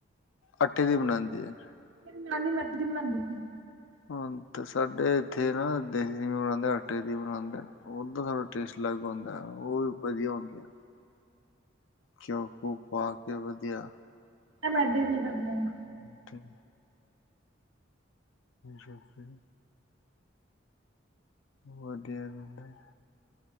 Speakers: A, on the left; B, on the right.
A: ਆਟੇ ਦੀ ਬਣਾਦੇ ਆ।
B: ਮੇਰੀ ਨਾਨੀ ਮੈਦੇ ਦੀ ਬਣਾਦੀ ਸੀ।
A: ਹੁਣ ਤੇ ਸਾਡੇ ਇੱਥੇ ਨਾ ਦੇਸੀ ਦੀ ਬਣਾਦੇ, ਆਟੇ ਦੀ ਬਣਾਦੇ ਹੁਣ ਤਾਂ ਟੇਸਟ ਲੱਗ ਹੁੰਦਾ, ਉਹ ਵੀ ਵਧੀਆ ਹੁੰਦੀਆਂ। ਘਿਓ ਘੁੳ ਪਾ ਕੇ ਵਧੀਆ।
B: ਮੈਂ ਮੈਦੀ ਦੀ ਖਾਦੀਆ ਨੇ।
A: ਕਿਥੇ? ਜੋ ਕਿ। ਵਧੀਆ ਬੇਟੇ।